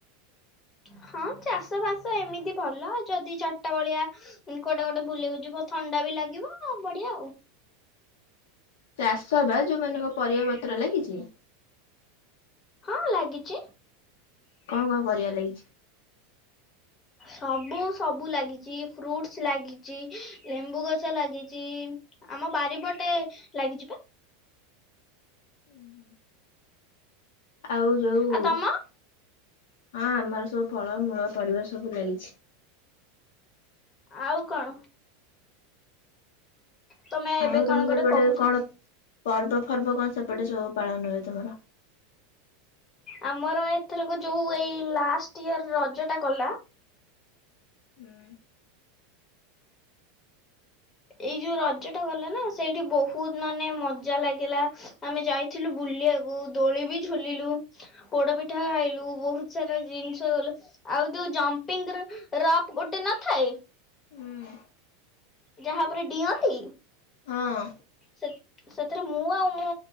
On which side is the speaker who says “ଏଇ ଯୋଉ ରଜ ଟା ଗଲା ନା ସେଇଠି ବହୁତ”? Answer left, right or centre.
Left